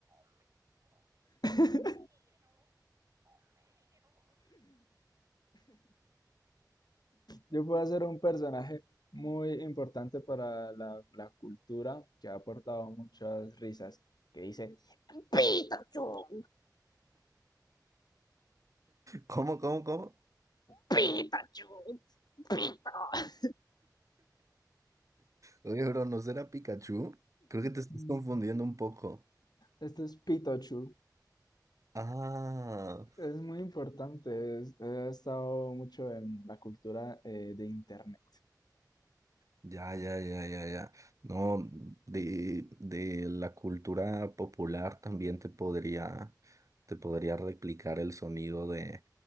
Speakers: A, on the left; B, on the right.
A: <laughs> Yo puedo ser un personaje muy importante para la, la cultura que ha aportado muchas risas. Que dice, Pikachu,
B: ¿Cómo, cómo, cómo?
A: Pikachu, Pikachu.
B: Oye, bro, ¿no será Pikachu? Creo que te estás
A: Mm,
B: confundiendo un poco.
A: Este es Pitochu.
B: Ah,
A: Es muy importante. es- ha estado mucho en la cultura eh, de internet.
B: ya, ya, ya, ya, ya. No, de, de la cultura popular también te podría, te podría replicar el sonido de,